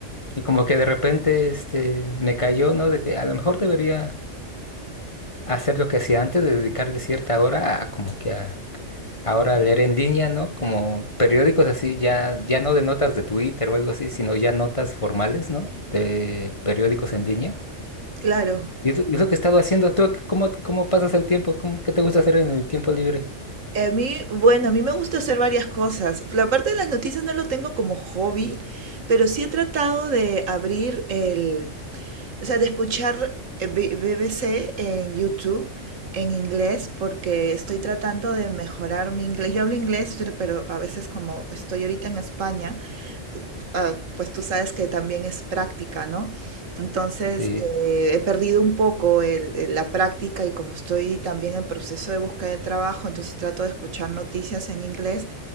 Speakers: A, on the left; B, on the right.
A: Y como que de repente este, me cayó, ¿no? De que a lo mejor debería hacer lo que hacía antes, de dedicarle cierta hora a como que a ahora a leer en línea, ¿no? Como periódicos así, ya, ya no de notas de Twitter o algo así, sino ya notas formales, ¿no? De periódicos en línea.
B: Claro.
A: Y es, lo es lo que he estado haciendo. ¿Tú qué- cómo, cómo pasas el tiempo? ¿Cómo, qué te gusta hacer en el tiempo libre?
B: A mí, bueno, a mí me gusta hacer varias cosas. La parte de las noticias no lo tengo como hobby, pero sí he tratado de abrir el, O sea, de escuchar eh, B- BBC en YouTube en inglés porque estoy tratando de mejorar mi inglés. Yo hablo inglés, pero pero a veces como estoy ahorita en España, eh, ah, pues tú sabes que también es práctica, ¿no? Entonces,
A: Sí.
B: eh, he perdido un poco el- el- la práctica y como estoy también en proceso de búsqueda de trabajo, entonces trato de escuchar noticias en inglés